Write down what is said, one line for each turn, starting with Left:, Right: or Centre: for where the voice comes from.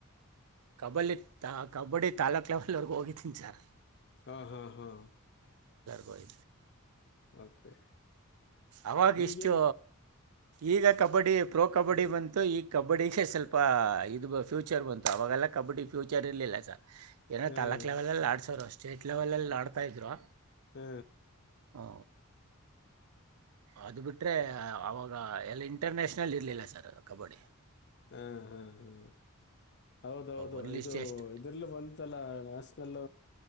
Right: ಕಬಡ್ಡಿ ತ ಕಬಡ್ಡಿ ತಾಲೂಕ್ು ಲೆವೆಲ್ ವರೆಗೊ ಓೋಗಿ ತಿಚಾರ
Left: ಹಾ ಹಾ ಹಾ
Right: ಕೊಿ
Left: ಓಕೆ
Right: ಅವಾಗ
Left: ಈಗೇನು
Right: ಇಷ್ಟು ಈಗ ಕಬಡ್ಡಿ ಪ್ರೋ ಕಬಡ್ಡಿ ಬಂತು ಈಗ ಕಬಡ್ಡಿಗೆ ಸ್ವಲ್ಪ ಇದು ಫ್ಯೂಚರ್ ಬಂತ ಅವವಾಗಲ್ಲ ಕಬಡ್ಡಿಫ್ಯೂಚರ್ ಇರಿಲ್ಲ ಸರ್ ಏನೋ
Left: ಹಾಂ
Right: ತಾಲೂಕ್ ಲೆವೆಲಲ್ಲಿ ಆಡ್ಸೋರು ಸ್ಟೇಟ್ ಲೆವೆಲಲ್ಲಿ ಆಡ್ತಾ ಇದ್ರು
Left: ಹ್ಮ್
Right: ಹಾ ಅದು ಬಿಟ್ರೆ ಅವಾಗ ಎಲ್ಲ ಇಂಟರ್ನ್ಯಾಷನಲ್ ಇರಲಿಲ್ಲ ಸರ್ ಕಬಡ್ಡಿ
Left: ಹಾ ಹಾ ಹಾ ಹೌದೌದು
Right: ಓನ್ಲಿ
Left: ಇದು
Right: ಸ್ಟೇಟ್
Left: ಇದ್ರಲ್ಲೂ ಬಂತಲ್ಲ ನಾಸ್ನಲ್ಲ